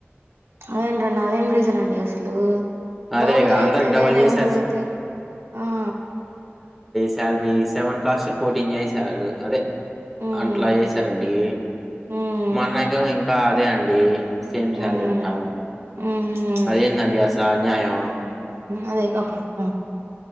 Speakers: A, on the right (about 80°); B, in the centre.
A: అదేంటన్నా అదేం రీజన్ అండి అసలు
B: అదేగా
A: లోకల్ అయితే
B: అందరికి డబల్
A: వేరే
B: చేశారు
A: ఊరైతే ఆ
B: సాలరీ సెవెన్ కాస్ట్ ఫోర్టీన్ చేయి సారు అదే
A: ఉమ్
B: అన్ ట్లా చేసారండి
A: ఉమ్
B: మా అన్నకేమో ఇంకా అదే అండి సేమ్ సాలరీ
A: ఉమ్
B: అంటా
A: ఉహు
B: అది ఏదండి ఆస్ ఆ న్యాయం
A: అదే గా పాపం